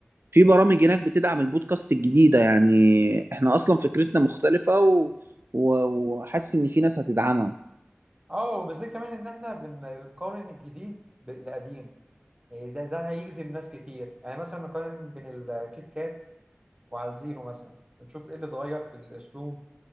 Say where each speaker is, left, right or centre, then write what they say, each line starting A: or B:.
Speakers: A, on the right; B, on the right.
A: في برامج هناك بتدعم البودكاست الجديدة يعني احنا أصلا فكرتنا مختلفة و... و... وحاسس إن في ناس هتدعمها
B: اه وبالذات كمان إن احنا بن- بنقارن الجديد بالقديم يعني ده ده هيجذب ناس كتير يعني مثلا نقارن بين الكيت كات وعلى الزيرو مثلا ونشوف ايه اللي اتغير في الأسلوب